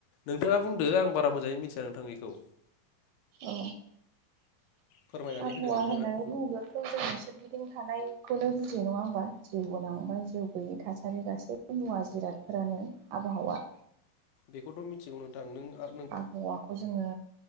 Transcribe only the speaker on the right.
औ
आबहावा
होननानै बुंङोब्ला थ' जोंनि सोरगिदिं थानायखौनो बुजियो नङा होमबा जिउ गोनां बा जिउ गैयि थासारि गासै मुवा जिरादफोरानो आबहावा।
औवाखौ जोङो